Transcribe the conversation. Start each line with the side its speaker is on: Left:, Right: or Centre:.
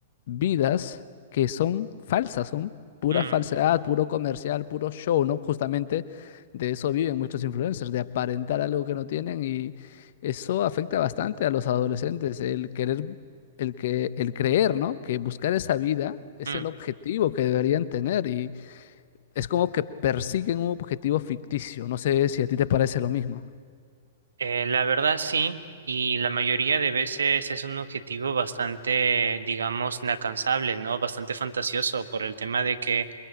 Left: vidas que son falsas, son pura
Right: mm,
Left: falsedad, puro comercial, puro show, ¿no? Justamente de eso viven muchos influencers, de aparentar algo que no tienen y eso afecta bastante a los adolescentes, el querer el que el creer, ¿no? Que buscar esa vida es
Right: mm.
Left: el objetivo que deberían tener y es como que persiguen un objetivo ficticio. No sé si a ti te parece lo mismo.
Right: Eh, la verdad sí, y la mayoría de veces es un objetivo bastante, digamos, inalcanzable, ¿no? Bastante fantasioso por el tema de que